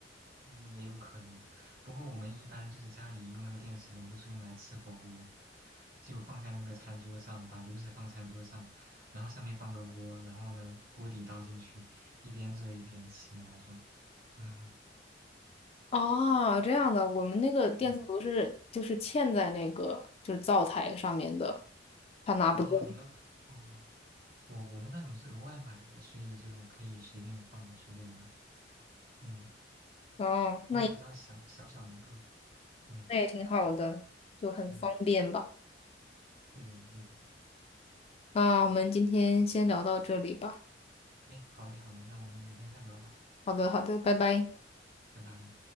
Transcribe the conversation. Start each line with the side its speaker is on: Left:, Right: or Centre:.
Right: 嗯，也有可能。不过我们一般就是家里用那个电磁炉都是用来吃火锅，就放在那个餐桌上，把炉子放餐桌上，然后上面放个锅，然后呢锅底倒进去，一边热一边吃的那种。<laughs> 嗯
Left: 哦，这样的，我们那个电磁炉是就是嵌在那个就是灶台上面的，
Right: 嗯，
Left: 它拿不动。
Right: 哦，你们哦。我我们那种是额外买的，所以就可以随便放随便拿。嗯，
Left: 哦，
Right: 不过比较小，
Left: 那
Right: 小小一个。嗯
Left: 那也挺好的，就很方便吧。
Right: 嗯，对的对的。
Left: 那我们今天先聊到这里吧。
Right: 哎，好嘞好嘞，那我们改天再聊吧，
Left: 好的，好的，拜拜。
Right: 拜拜。